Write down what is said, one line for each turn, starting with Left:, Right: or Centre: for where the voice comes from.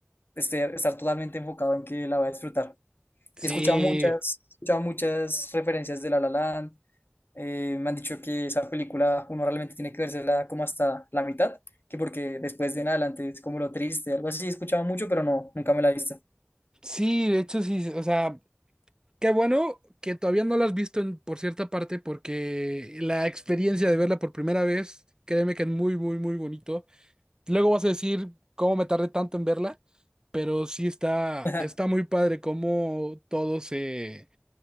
Left: esté estar totalmente enfocado en que la voy a disfrutar.
Right: Sí.
Left: He escuchado muchas, he escuchado muchas referencias de La La Land, eh, me han dicho que esa película uno realmente tiene que vérsela como hasta la mitad, que porque después de en adelante es como lo triste, algo así. He escuchado mucho, pero no, nunca me la he visto.
Right: Sí, de hecho sí, o sea, qué bueno que todavía no la has visto en- por cierta parte porque la experiencia de verla por primera vez, créeme que es muy, muy, muy bonito. Luego vas a decir cómo me tardé tanto en verla, pero sí está,
Left: <laughs>
Right: está muy padre cómo todo se,